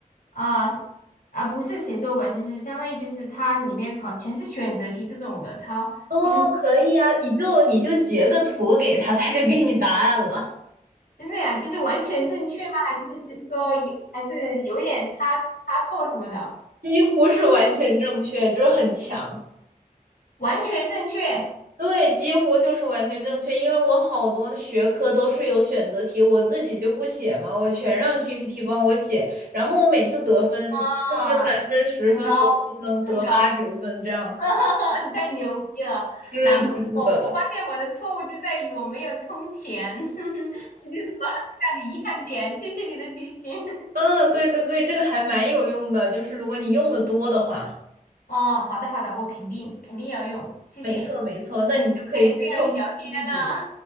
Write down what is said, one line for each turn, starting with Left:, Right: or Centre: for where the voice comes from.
Left: 啊、啊，不是写作文，就是相当于就是它里面考全是选择题这种的，它就是
Right: 哦，可以啊，你就你就截个图给他，他就给你答案了，
Left: 真的呀，就是完全正确吗？还是就是说有还是有点差差错什么的？
Right: 几乎是完全正确，就是很强。
Left: 完全正确
Right: 对，几乎就是完全正确，因为我好多学科都是有选择题，我自己就不写嘛，我全让 GPT 帮我写，然后我每次得分就是满分十分，
Left: 啊，很高
Right: 我就能得八九分这样。
Left: 很高。<laughs> 你太牛逼了！
Right: 是的，
Left: 难怪我，
Right: 是的，
Left: 我发现我的错误就在于我没有充钱，<laughs> 这就是我最大的遗憾点。谢谢你的提醒。<laughs>
Right: 嗯，对对对，这个还蛮有用的，就是如果你用的多的话，
Left: 哦，好的好的，我肯定肯定要用，谢谢。
Right: 没错没错，那你就可以去冲冲击。
Left: 哎，感谢和你聊天呢、